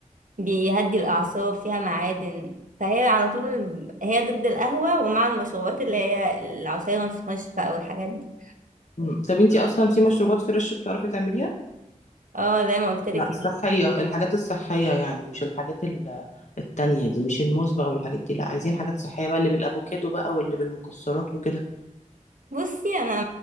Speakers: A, on the right; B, on the left.
A: بيهدي الاعصاب فيها معادن فهي على طول هي ضد القهوة ومع المشروبات اللي هي العصير الفريش بقى والحاجات دي
B: مم. طب انتي اصلا في مشروبات فريش بتعرفي تعمليها
A: اه زي ما قلت لك
B: لا الصحيه الحاجات الصحيه يعني مش الحاجات ال- التانية دي مش الموز بقى والحاجات دي لا عايزين حاجات صحيه بقى اللي بالافوكادو بقى واللي بالمكسرات وكده
A: بصي انا